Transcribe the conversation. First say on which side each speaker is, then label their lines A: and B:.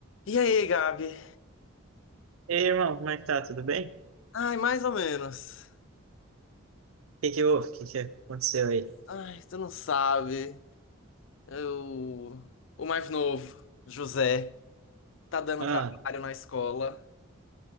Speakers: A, on the left; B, on the right.
A: E aí, Gabi?
B: Ei, irmão, como é que tá? Tudo bem? O
A: Ai, mais ou menos.
B: que que houve? O que que aconteceu aí?
A: Ai, tu não sabe. Eu... O mais novo, José, tá dando
B: Ah,
A: trabalho na escola.